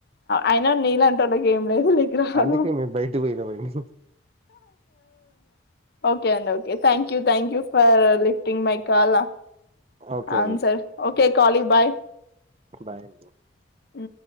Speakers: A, on the left; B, on the right.
A: అయినా నీళ్ళ అంట వాళ్కి ఏం
B: అందుకే మేము బయటకు పోయినామండి
A: ఒకే అండిఓకేయాం ఫ లిఫ్టింగ్ మై కాల
B: ఓకే
A: అవును సార్ ఒకే కాలబాయ
B: బయడి
A: అ